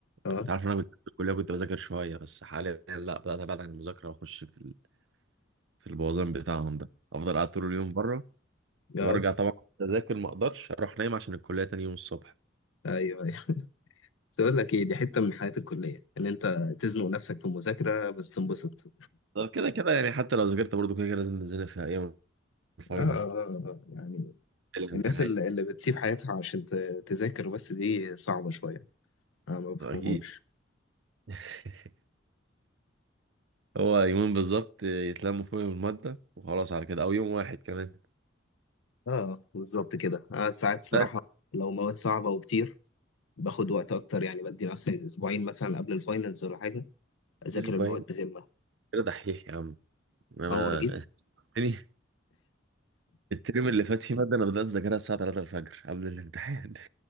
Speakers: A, on the left; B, on the right.
A: اه
B: انت عارف إن انا كنت في الكليه كنت بذاكر شويه بس حاليا لا بدات ابعد عن المذاكره واخش في في البوظان بتاعهم ده افضل قاعد طول اليوم بره
A: اه
B: وارجع طبعا اذاكر ما اقدرش اروح نايم عشان الكليه تاني يوم الصبح
A: ايوه ايوه بس اقول لك ايه دي حتة من حياة الكلية ان انت تزنق نفسك في المذاكرة بس تنبسط
B: طب كده كده يعني حتى لو ذاكرت برضه كده كده لازم تذاكر في ايام الفاينل
A: اه اه آه، آه. يعني
B: الامتحان
A: الناس اللي اللي بتسيب حياتها عشان ت- تذاكر بس دي صعبة شوية انا ما بفهمهمش
B: اكيد <laughs> هو يومين بالظبط يتلموا فيهم الماده وخلاص على كده او يوم واحد كمان
A: اه بالظبط كده آه ساعات الصراحة
B: ده
A: لو مواد صعبة وكتير باخد وقت اكتر يعني بدي نفسي اسبوعين مثلا قبل الفاينلز ولا حاجه اذاكر
B: اسبوعين
A: المواد بذمه
B: كده دحيح يا عم انا
A: اول ما جيت
B: <laughs> يعني الترم اللي فات فيه ماده انا بدات اذاكرها الساعه 3 الفجر قبل الامتحان